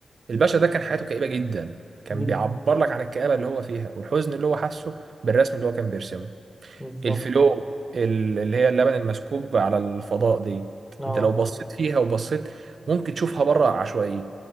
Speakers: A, on the right; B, in the centre.
A: الباشا ده كان حياته كئيبة جدا كان
B: جدا
A: بيعبر لك عن الكآبة اللي هو فيها والحزن اللي هو حاسه بالرسم اللي هو كان بيرسمه
B: بالظبط
A: الفلو ال- اللي هي اللبن المسكوب على الفضاء دي
B: آه
A: انت لو بصيت فيها وبصيت ممكن تشوفها بره عشوائية